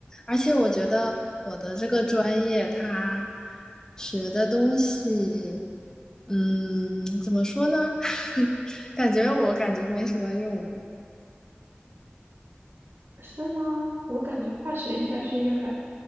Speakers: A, on the left; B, on the right.
A: 而且我觉得我的这个专业，它学的东西，嗯，怎么说呢？<laughs> 感觉我感觉没什么用。
B: 是吗？我感觉化学应该是一个还